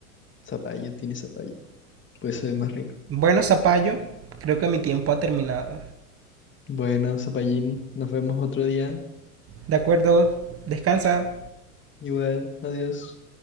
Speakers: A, on the left (about 25°); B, on the right (about 30°).
A: Zapallo, tiene zapallo. Por eso es más rico.
B: Bueno, Zapallo, creo que mi tiempo ha terminado.
A: Bueno, zapallín, nos vemos otro día.
B: De acuerdo, descansa.
A: Igual, adiós.